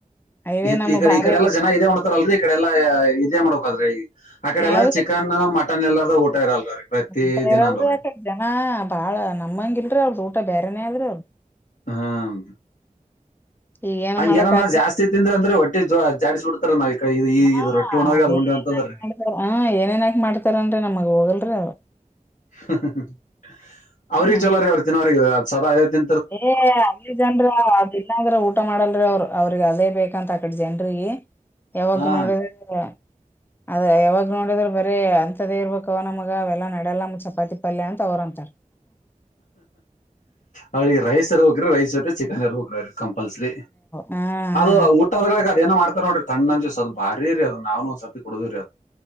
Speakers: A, on the left (about 15°); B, on the left (about 70°).
A: ಅಯ್ಯೇ
B: ಇ
A: ನಮಗ್
B: ಈಡೆ
A: ಭಾರಿ
B: ಈ ಕಡೆ ಎಲ್ಲಾ ಜನ ಇದೆ ಉ ಲ್ರಿ ಈಕಡೆ ಎಲ್ಲಾ ಇದೇ ಮಾಡಕ್ದ್ರ ಆಕಡೆ
A: ಹೌದ್ರಿ
B: ಎಲ್ಲ ಚಿಕನ್ ಮಟನ್ ಎಲ್ಲ ಊಟ ಇರಲ್ರಿ ಪ್ರತಿ
A: ಊಟ ಇರಾದ
B: ದಿನಾನುರಿ
A: ಯಾಕ ಜನ ಬಾಳ ನಮ್ಮಂಗ ಇಲ್ರೀ ಅವ್ರ ಊಟ ಬೇರೆನೆೇ ಆದ್ರಿ ಅವ್ರು
B: ಹ್ಮ
A: ಈಗೇನ್
B: ಹಂಗ
A: ಮಾಡಕ್ಕಾಗಲ್ಲ
B: ಏನ ನ ಜಾಸ್ತಿ ತಿಂದ್ರ ಅಂದ್ರೆ ಒಟ್ಟಿ ಜಾಿಸಬ ಬಿಡ್ತಾರ ಕಡೆ
A: ಹಾ
B: ಇದು ರೊಟ್ಟಿ ಉಣೋರಿಗೆ ಅದ್
A: ಏನ
B: ಉಂಡಿ ಅಂತಂದ್ರಿ
A: ಮಾಡ್ತಾರ ಹ್ಮ ಏನೇನ್ಾಕ ಮಾಡ್ತಾರನ್ರಿ ನಮಗ್ ಹೋಗಲ್ರೀ ಅವ
B: ಹ್ಮ ಅವ್ರ
A: ಹ್ಮ್
B: ಚಲೋ ರೀ ಅವ್ರು ತಿನ್ನೋ್ರಿಗೆ ಸದ ಅದೇ ತಿ
A: ಏ ಅಲ್ಲಿ ಜನ್ರ ಅದ ಇಲ್ಲಂದ್ರ ಊಟ ಮಾಡಲ್ರಿ ಅವ್ರರು ಅವ್ರಿಗೆ ಅದೇ ಬೇಕಂತ ಆಕಡೆ ಜನ್ಗ ಯಾವಕ್
B: ಹಾ
A: ನೋಡಿದ ಅದ ಯಾವಾಗ ನೋಡಿದ್ರ ಬರೀ ಅಂತದೇ ಇರ್ಬೇಕ ಅವ ನಮಗ ಅವೆಲ್ಲ ನಡಲ್ಲ ನಮ ಚಪಾತಿ ಪಲ್ಯ ಅಂತ ಅವ್ರಂತಾರ
B: ಅವರಿಗೆ ರೈಸ್ ಇರಬೇಕ್ರೀ ರೈಸ್ ಇರುತ್ತತೆ ಚಿಕನ್ ಇರ್ಬೇಕ್ರೀ ಕಂಪಲ್ಸರಿ
A: ಹಾ ಹಾ
B: ಅದು ಊಟದ ಅದ ಏನ ಮಾಡ್ ಅಂತ ನೋಡ್ರಿಣ್ಣ ಅಜಸಸ್ ಅದು ಭಾರಿ ರರಿ ಅದು ನಾವ್ ಒ ಸರ್ತಿ ಕುಡುದೀ್ರರಿ ಅದು